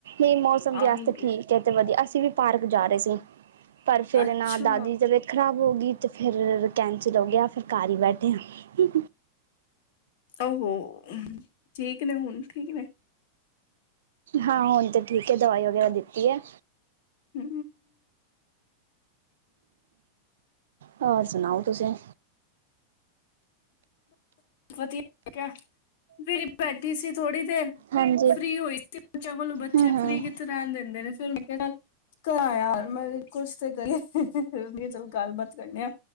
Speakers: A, on the right; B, on the left.
A: ਇਹ ਮੌਸਮ
B: ਆਣਗੇ
A: ਵਾਸਤੇ ਠੀਕ ਹੈ ਤੇ ਵਧੀਆ ਅਸੀਂ ਵੀ ਪਾਰਕ ਜਾ ਰਹੇ ਸੀ ਪਰ ਫਿਰ
B: ਅੱਛਾ
A: ਨਾ ਦਾਦੀ ਤਬੀਅਤ ਖਰਾਬ ਹੋ ਗਈ ਤੇ ਫਿਰ ਕੈਂਸਲ ਹੋ ਗਿਆ ਫਿਰ ਘਰ ਹੀ ਬੈਠੇ ਆ
B: ਉਹ ਠੀਕ ਨੇ ਹੁਣ ਠੀਕ ਨੇ
A: ਹਾਂ ਹੁਣ ਤਾਂ ਠੀਕ ਹੈ ਦਵਾਈ ਵਗੈਰਾ ਦਿੱਤੀ ਹੈ
B: ਹੂੰ
A: ਹੋਰ ਸੁਣਾਓ ਤੁਸੀਂ
B: ਵਧੀਆ ਠੀਕ ਐ ਫੇਰੀ ਬੈਠੀ ਸੀ ਥੋੜੀ ਦੇਰ
A: ਹਾਂਜੀ
B: ਫ੍ਰਰੀ ਹੋਈ ਸੀ ਬੱਚਾ ਵੱਲੋਂ ਬੱਚੇ
A: ਹੂੰ ਹੂੰ
B: ਫ੍ਰਰੀ ਕਿੱਥੇ ਰਹਿਣ ਦਿੰਦੇ ਨੇ ਫੇਰ ਕਰਾਇਆ <inaudible> ਕੁਛ ਤੇ ਗਏ ਚਲਗੇ ਚਲਗੇ ਗੱਲਬਾਤ ਕਰਨੀ ਆ